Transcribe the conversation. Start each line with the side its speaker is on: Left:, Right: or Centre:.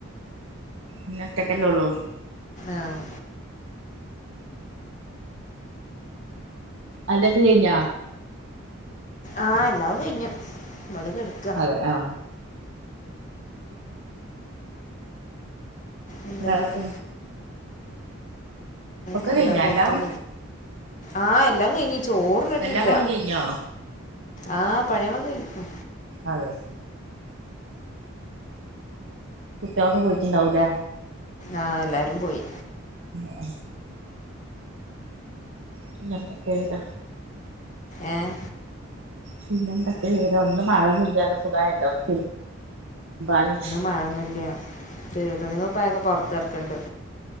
Right: ഇന്ന ഒറ്റക്കല്ലൊള്ളൂ
Left: ആഹ്
Right: അന്റെക്കഴിഞ്ഞാ
Left: ആഹ് എല്ലാവും കഴിഞ്ഞു ഇവടെ കട്ക്ക
Right: അതെ ആഹ്
Left: എന്തെന്നിട്ട്
Right: വേറെന്താ ഒക്കെ
Left: രണ്ടാക്കൊപ്പം
Right: കഴിഞ്ഞോ എല്ലാം
Left: ആഹ് എല്ലാം കഴിഞ് ചോറ്ന്ന്ട്ടില്ല
Right: എല്ലാ പണിയും കഴിഞ്ഞോ
Left: ആഹ് പണിക്കളെകെ കയിഞ്ഞ്ക്ക്
Right: അതെ. കുട്ട്യാള് ഒക്കെ പോയിട്ടുണ്ടാവൂലേ.
Left: ആഹ് എല്ലാരും പോയി.
Right: <unintelligible> പിന്നെ എന്തെക്കെ വരാ
Left: ഏഹ്.
Right: പിന്നെ എന്തൊക്കെ വിവരം ഇന്ന് മഴൊന്നുല്ല സഖായല്ലോ. തി ബാനു
Left: മഴന്നുല്ല പെയ്ത <unintelligible> പോർത്കട്ക്ക്ണ്ട്.